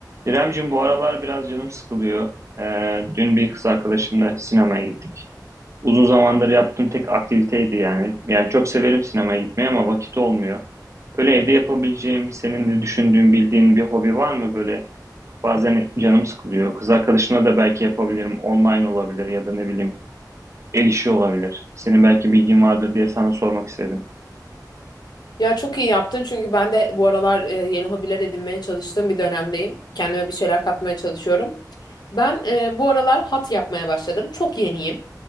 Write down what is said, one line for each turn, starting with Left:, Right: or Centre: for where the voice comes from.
Right: İremcim bu aralar biraz canım sıkılıyor. Ee, dün bir kız arkadaşımla sinemaya gittik. Uzun zamandır yaptığım tek aktiviteydi yani. Yani çok severim sinemaya gitmeyi ama vakit olmuyor. Böyle evde yapabileceğim, senin de düşündüğün, bildiğin bir hobi var mı böyle? Bazen canım sıkılıyor. Kız arkadaşımla da belki yapabilirim. Online olabilir ya da ne bileyim el işi olabilir. Senin belki bilgin vardır diye sana sormak istedim.
Left: Ya çok iyi yaptın çünkü ben de bu aralar e, yeni hobiler edinmeye çalıştığım bir dönemdeyim. Kendime bir şeyler katmaya çalışıyorum. Ben e, bu aralar hat yapmaya başladım. Çok yeniyim